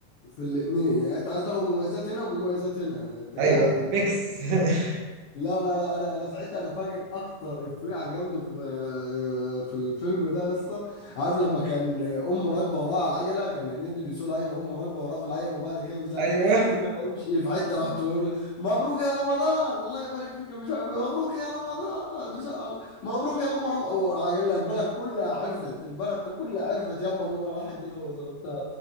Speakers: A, on the left; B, on the right.
A: في الاثنين يعني انت عايز تاخد مميزات هنا ومميزات هنا انت جاحد
B: ايوه
A: يا
B: ميكس <laughs>
A: لا لا لا انا انا ساعتها انا فاكر اكتر افيه عجبني في آه، في الفيلم ده يا اسطى عارف لما كان امه راكبه وراه على العجله كان هنيدي بيسوق العجله وامه راكبه وراه في العجله وبعد كده مش عارف
B: ايوه
A: كل ما يمشي إيه، في حته راح تقول مبروك يا رمضان الله يبارك فيك يا مش عارف إيه، مبروك يا رمضان مش عارف مبروك يا ام رمضان والعجله البلد كلها عرفت البلد كلها عرفت ياما ان انا راح اتجوز وبتاع